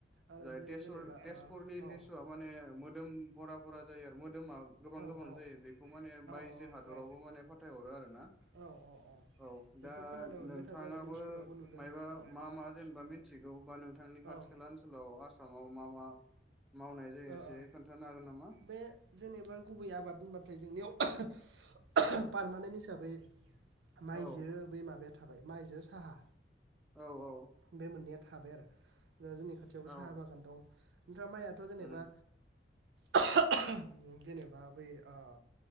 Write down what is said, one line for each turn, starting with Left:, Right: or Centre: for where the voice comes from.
Right: आरो
Centre: जाय
Right: बे
Centre: तेजपुर
Right: जेनेबा
Centre: तेजपुरनि
Right: ओ
Centre: लिसुआ
Right: औ
Centre: माने मोदोम उम भरा भरा जायो आरो मो दोमा गोबां
Right: औ
Centre: गोबां
Right: औ
Centre: जायो बेखौ माने
Right: औ
Centre: बायजो हादरावबो
Right: औ
Centre: माने फाथायहरो आरोना।
Right: औ औ
Centre: औ
Right: बेखौ
Centre: दा
Right: खोनानो मोनबाय
Centre: नोंथाङाबो
Right: थादों आरो निउसफोरावबो नुदों
Centre: मायबा
Right: औ
Centre: मा मा जेनेबा मिथिगौ बा नोंथांनि खाथि
Right: औ ओ
Centre: खाला ओनसोलाव आसाम मा मा मावनाय जायो
Right: ओ
Centre: एसे
Right: ओ
Centre: खोन्थानो हागोन नामा?
Right: बे जेनेबा गुबै आबाद होनबाथाय जोंनियाव पारमानेन्ट हिसाबै माइजो
Centre: औ
Right: बै माबाया थाबाय माइजो साहा।
Centre: औ औ।
Right: बे मोननैया। थाबाय आरो। दा जोंनि खाथियावबो
Centre: औ
Right: साहा बागान दं। ओमफ्राय माइआथ' जेनेबा
Centre: उम
Right: <unintelligible> जेनेबा बै ओ